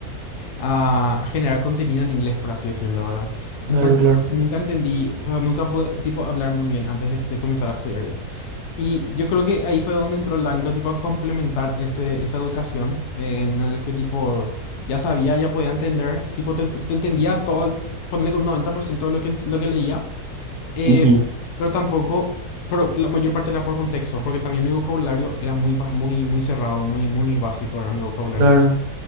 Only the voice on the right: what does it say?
claro, claro,
Ujú,
claro,